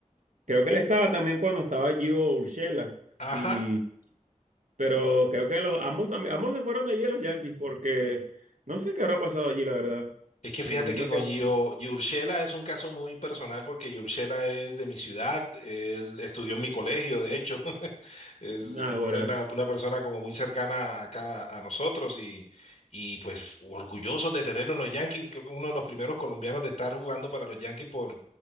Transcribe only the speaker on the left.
Ajá.
Es que fíjate
que con
Gio, Giurchela es un caso muy personal porque Giurchela es de mi ciudad, él estudió en mi colegio, de hecho, Es
una,
una- una persona como muy cercana a cada a nosotros y, y pues orgullosos de tenerlo en los Yankees. Creo que uno de los primeros colombianos de estar jugando para los Yankees por,